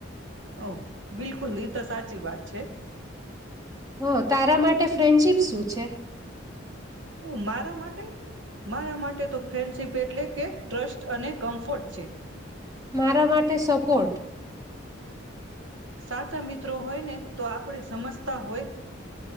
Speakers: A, on the right; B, on the right.
A: ઓ બિલકુલ ની તો સાચી વાત છે.
B: હ તારા માટ ટે ફ્રેન્ડશિપ શું છે?
A: ઓહ મારા માટે? મારા માટે તો ફ્રેન્ડશિપ એટલે કે ટ્રસ્ટ અને કમ્ફર્ટ છે.
B: મારા માટે સપોર્ટ.
A: સાચા મિત્રો હોય ને તો આપડે સમજતા હોય